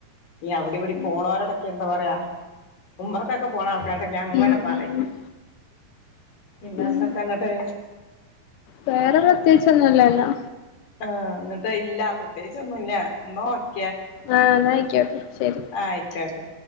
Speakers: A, on the left (about 60°); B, on the left (about 75°).
A: നീ അവിടെയും ഇവിടെയും
B: ഉം
A: പോണവരോടൊക്കെ എന്താ പറയാ ഉമ്റക്കൊക്കെ പോണ ആൾക്കാരോട് ഞാൻ എങ്ങനെ
B: ഉം
A: പറയും
B: ഉം
A: പിന്നെ
B: ഉം
A: എന്തൊക്കെ ഉണ്ടെടേ
B: വേറെ പ്രത്യേകിച്ച് ഒന്നുമില്ലല്ലോ
A: ആഹ് എന്നിട്ട് ഇല്ല പ്രത്യേകിച്ചൊന്നുമില്ല എന്നാ ഓക്കേ
B: ആ ന്നാ ആയിക്കോട്ടെ ശരി
A: ആയിക്കോട്ടെ